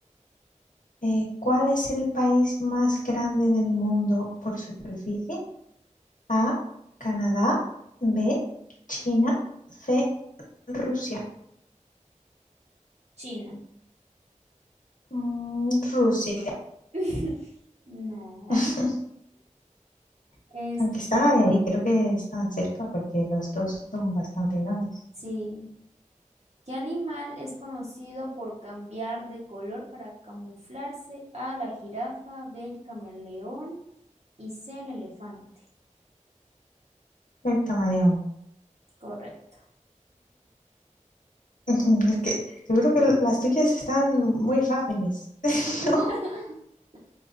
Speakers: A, on the left; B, on the right.
A: Eh, ¿cuál es el país más grande del mundo por superficie? A, Canadá, B, China, C, Rusia.
B: China.
A: Mm, Rusia.
B: <laughs> No.
A: <laughs>
B: Este,
A: Aunque están
B: sí,
A: ahí, ahí, creo que están cerca porque los dos son bastante grandes.
B: sí. ¿Qué animal es conocido por cambiar de color para camuflarse? A, la jirafa, B, el camaleón y C, el elefante.
A: El camaleón.
B: Correcto.
A: <laughs> Es que yo creo que las tuyas están muy fáciles, <laughs>
B: <laughs>
A: ¿no?